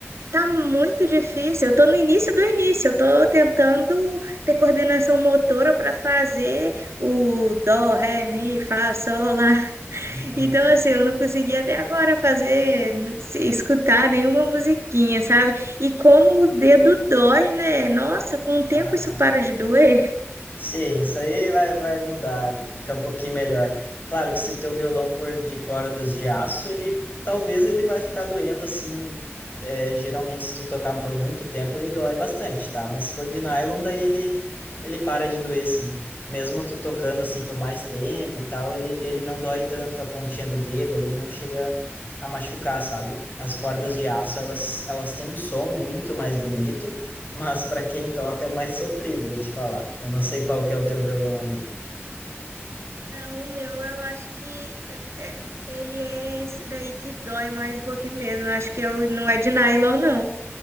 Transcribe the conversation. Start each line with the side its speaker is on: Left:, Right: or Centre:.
Right: tá muito difícil. Eu tô no início do início. Eu tô tentando ter coordenação motora para fazer o dó, ré, mi, fá, sol lá. <laughs>
Left: Uhum.
Right: Então, assim, eu não consegui até agora fazer, se- escutar nenhuma musiquinha, sabe? E como o dedo dói, né? Nossa, com o tempo
Left: Ah...
Right: isso para de doer.
Left: Sim, isso aí vai, vai mudar, vai ficar um pouquinho melhor. Claro que se teu violão for de cordas de aço, ele talvez ele vai ficar doendo assim. é, geralmente, se tu tocar por muito tempo, ele dói bastante, tá? Mas se for de nylon, daí ele, ele para de doer, assim. Mesmo tu tocando assim por mais tempo e tal, ele, ele não dói tanto a pontinha do dedo, ele não chega a machucar, sabe? As cordas de aço, elas, elas têm um som muito mais bonito. Mas para quem toca é mais sofrido, vou te falar. Eu não sei qual que é o teu violão ali.
Right: Não, o meu eu acho que é- ele é esse daí que dói mais um pouquinho mesmo. Eu acho que eu, não é de nylon, não.